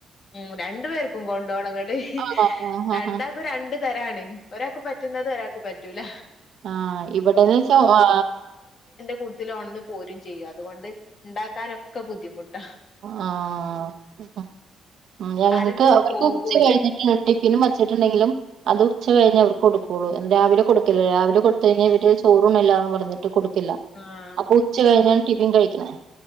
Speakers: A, on the left; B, on the right.
A: മ് രണ്ട് പേ <unintelligible> കൊണ്ടോണങ്ങട്
B: ആണോ ആഹ് ആഹ്
A: രണ്ടാക്കും രണ്ട് തരാണ്. ഒരാക്ക് പറ്റുന്നത് ഒരാക്ക് പറ്റ് റ്റൂല.
B: ആ ഇവടെന്ന് വെച്ചാ ആ
A: കൂട്ട്തില് ഒണന്ന് പോരും ചെയ്യും, അത് കൊണ്ട് ഇണ്ടാക്കാനൊക്കാ ബുദ്ധിമുട്ടാ.
B: ആ ആ <unintelligible> ആ ഞങ്ങക്ക്
A: ആരെട്ത്ത്ക്കും
B: അവർക്ക്
A: പോകൂല്ല
B: ഉച്ച കഴിഞ്ഞിട്ട ടിഫിനും വച്ചിട്ടുണ്ടെങ്കിലും അത് ഉച്ച കഴിഞ്ഞ് അവർക്ക് കൊടുക്കും. പോ രാവില കൊട്ത്തില്ലാ രാവിലെ കൊടുത്ത് കഴിഞ്ഞാ ഇവര് ചോറ് ഉണ്ണില്ലാന്ന് പറഞ്ഞട്ട് കൊട് റ്റില്ലാ
A: ആഹ്
B: അപ്പോ ഉച്ച കഴിഞ്ഞാ ടിഫിൻ കഴിക്കണേ